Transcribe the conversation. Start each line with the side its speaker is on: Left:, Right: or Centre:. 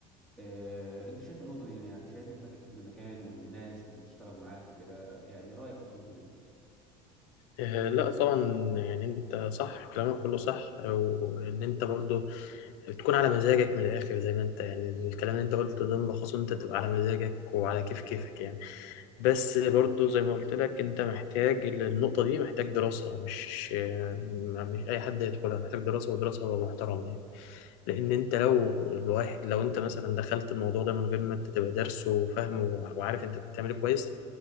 Centre: آه، أنت شايف النقطة دي يعني يعني شايف أنت فكرة المكان والناس اللي بتشتغل معاك وكده يعني رأيك في النقطة دي
Left: آه، لا طبعا يعني انت صح كلامك كله صح وان انت برضو بتكون على مزاجك من الآخر زي ما أنت يعني الكلام اللي أنت قلته ده ملخصه أنت تبقى على مزاجك وعلى كيف كيفك يعني بس برضو زي ما قلت لك أنت محتاج النقطة دي محتاج دراسة مش ما- مش أي حد يدخلها محتاج دراسة ودراسة محترمة يعني لأن أنت لو الواحد لو أنت مثلا دخلت الموضوع ده من غير ما أنت تبقى دارسه وفاهمه وعارف أنت بتعمل إيه كويس